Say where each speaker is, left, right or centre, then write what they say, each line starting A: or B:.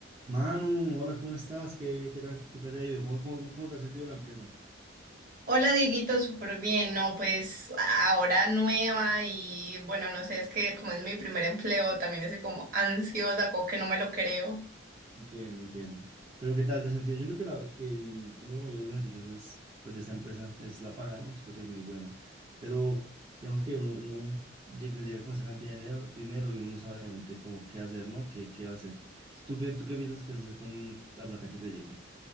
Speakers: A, on the right; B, on the right.
A: Manu, hola, ¿cómo estás? ¿Qué, qué tal, qué tal te ha ido? ¿Cómo, cómo, cómo te has sentido en la empresa?
B: Hola Dieguito, súper bien, no, pues ahora nueva y bueno, no sé, es que como es mi primer empleo, también estoy como ansiosa, como que no me lo creo.
A: Entiendo, entiendo. Pero ¿qué tal te has sentido? Yo siento que, la, que el, uno de los mayores beneficios es, pues, de esta empresa es la paga, ¿no? Siento que es muy buena. Pero digamos que uno, uno llega, llega con esa cantidad de dinero, dinero y uno no sabe realmente cómo qué hacer, ¿no? ¿Qué, qué va a hacer? Entonces, ¿tú qué, tú qué piensas que hacer con la plata que te llegue?